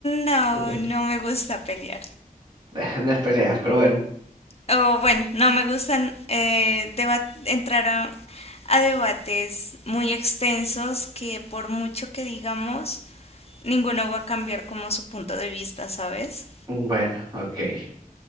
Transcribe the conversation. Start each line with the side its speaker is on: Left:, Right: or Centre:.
Left: No,
Right: tú pues.
Left: no me gusta pelear.
Right: <laughs> No es peleas, pero bueno.
Left: O bueno, no me gustan eh, deba- entrar a, a debates muy extensos que por mucho que digamos, ninguno va a cambiar como su punto de vista, ¿sabes?
Right: Bueno, ok.